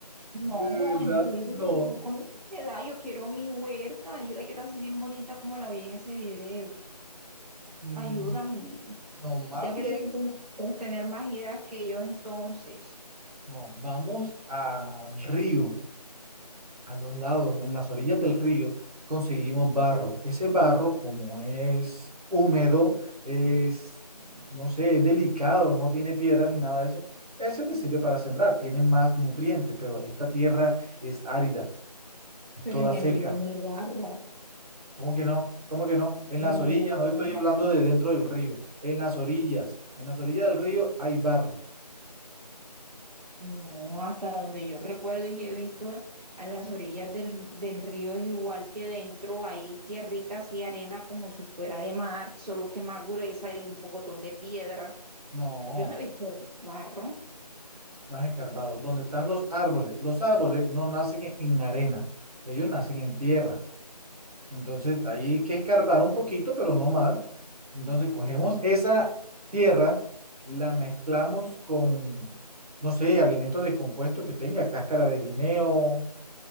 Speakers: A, on the right; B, on the right.
A: De
B: No,
A: verdad,
B: en serio,
A: no.
B: con esa edad yo quiero mi huerta, yo la quiero así bien bonita como la vi en ese video.
A: Mm,
B: Ayúdame,
A: No, más
B: ya que
A: bien,
B: tú puedes puedes tener más ideas que yo entonces,
A: no, vamos al río, a los lados, en las orillas del río, conseguimos barro. Ese barro, como es húmedo, es, no sé, es delicado, no tiene piedra ni nada de eso. Ese te sirve para sembrar, tiene más nutrientes, pero esta tierra es árida, es
B: pero
A: toda
B: en
A: seca.
B: el río no hay barro.
A: ¿Cómo que no? ¿Cómo que no? En
B: No,
A: las orillas, no estoy hablando de dentro del río, en las orillas, en las orillas del río hay barro.
B: no, hasta donde yo recuerdo y he visto a las orillas del, del río es igual que dentro hay tierritas y arena como si fuera de mar, solo que más gruesa y un pocotón de piedras.
A: No,
B: Yo no he visto barro.
A: más escarbado. Donde están los árboles. Los árboles no nacen en en arena, ellos nacen en tierra. Entonces, ahí hay que escarbar un poquito, pero no más. Entonces, cogemos esa tierra, la mezclamos con, no sé, alimentos descompuestos que tenga, cáscara de guineo,